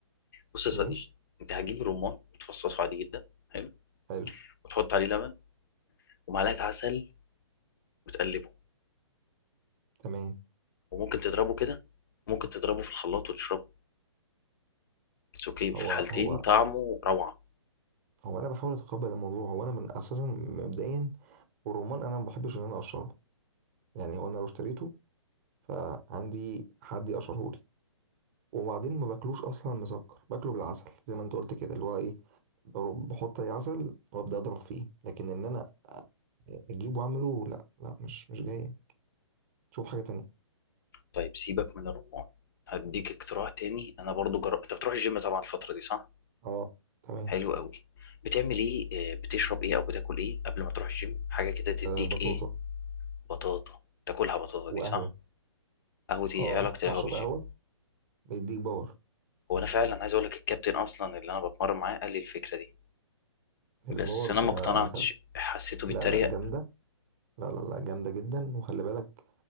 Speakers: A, on the left; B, on the right.
A: بص يا صديقي
B: ماشي
A: انت هتجيب رمان وتفصصه عادي جدا حلو
B: حلو
A: وتحط عليه لبن ومعلقه عسل وتقلبه
B: تمام
A: وممكن تضربه كده ممكن تضربه في الخلاط وتشربه اتس اوكي في
B: هو
A: الحالتين
B: هو
A: طعمه روعة
B: هو انا بحاول اتقبل الموضوع هو انا من اساسا مبدئيا والرمان انا ما بحبش ان انا اقشره يعني هو انا لو اشتريته فعندي حد يقشره لي وبعدين ما باكلوش اصلا مسكر باكله بالعسل زي ما انت قلت كده اللي هو ايه بر- بحط اي عسل وابدا اضرب فيه لكن ان انا اجيبه واعمله لا لا مش مش جايه شوف حاجه تانية
A: طيب سيبك من الرمان هديك اقتراح تاني انا برضو جربت انت بتروح الجيم طبعا الفترة دي صح
B: اه تمام
A: حلو قوي بتعمل ايه آه، بتشرب ايه او بتاكل ايه قبل ما تروح الجيم حاجة كده تديك
B: البطاطا
A: ايه بطاطا تاكلها بطاطا دي
B: وقهوه
A: صح قهوة ايه
B: اه
A: إيه علاقة
B: بشرب
A: القهوة بالجيم
B: قهوة بيديك باور
A: هو انا فعلا عايز اقول لك الكابتن اصلا اللي انا بتمرن معاه قال لي الفكرة دي
B: الباور
A: بس انا
B: بتاع
A: ما اقتنعتش
B: انا خل...
A: حسيته بيتريق
B: لا لا جامدة لا لا لا جامدة جدا وخلي بالك